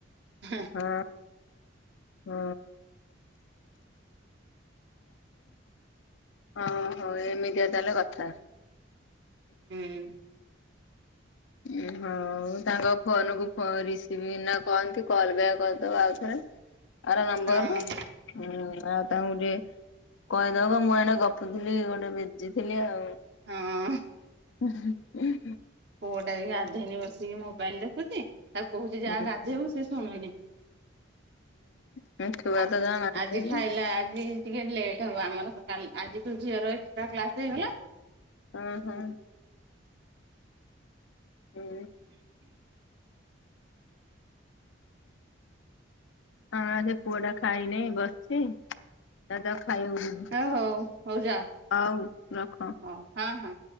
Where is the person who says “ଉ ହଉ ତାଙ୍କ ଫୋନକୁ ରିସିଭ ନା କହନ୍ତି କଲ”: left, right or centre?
Left